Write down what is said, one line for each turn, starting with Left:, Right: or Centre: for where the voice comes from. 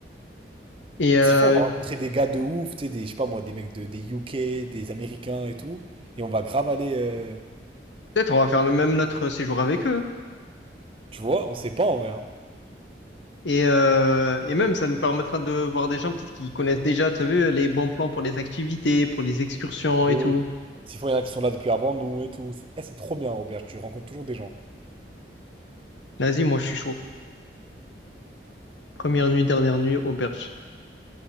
Left: Et euh,
Right: S'il faut, on va rencontrer des gars de ouf, tu sais, des, je sais pas moi, des mecs de, des UK, des Américains et tout, et on va grave aller, euh,
Left: peut-être on va faire le même notre séjour avec eux.
Right: tu vois, on sait pas en vrai. hein.
Left: Et, euh, et même, ça nous permettra de voir des gens peut-être qui connaissent déjà, tu as vu, les bons plans pour les activités, pour les excursions
Right: De
Left: et tout.
Right: ouf. S'il faut, il y en a qui sont là depuis avant nous et tout. C'est eh, c'est trop bien, auberge, tu rencontres toujours des gens.
Left: Vas-y, moi je suis chaud. Première nuit, dernière nuit, auberge.